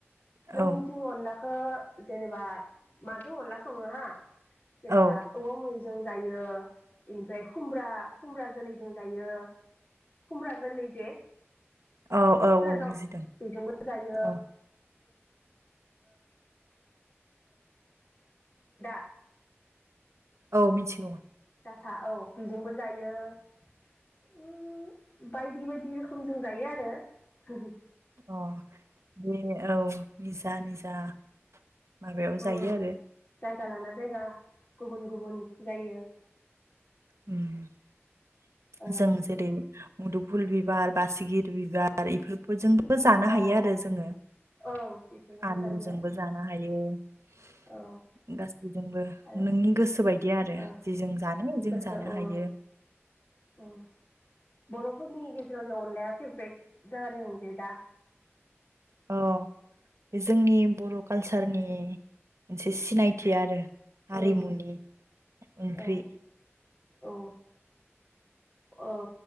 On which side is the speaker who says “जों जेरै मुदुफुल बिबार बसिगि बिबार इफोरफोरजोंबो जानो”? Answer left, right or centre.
Right